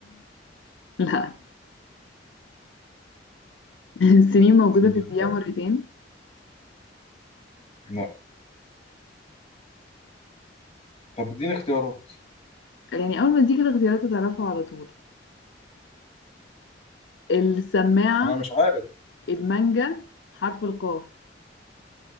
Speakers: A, on the left; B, on the left.
A: لا <laughs> السنين موجودة
B: ال...
A: في الدقيقة مرتين
B: لا طب اديني اختيارات
A: يعني أول ما تيجي الاختيارات هتعرفها على طول السماعة
B: أنا مش عارف
A: المانجا حرف القاف